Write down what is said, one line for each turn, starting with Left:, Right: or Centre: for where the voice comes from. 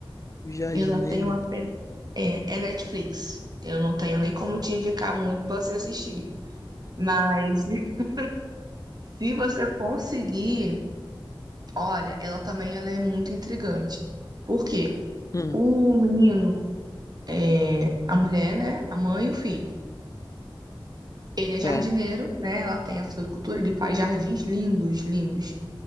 Left: O Jardineiro.
Right: Ela tem uma. pe- É, é Netflix. Eu não tenho nem como te indicar muito pra você assistir. Mas <laughs> se você conseguir, olha, ela também ela é muito intrigante. Por quê?
Left: Hum,
Right: O menino, é, a mulher, né? A mãe e o filho. Ele é
Left: tá,
Right: jardineiro, né? Ela tem a floricultura, ele faz jardins lindos, lindos.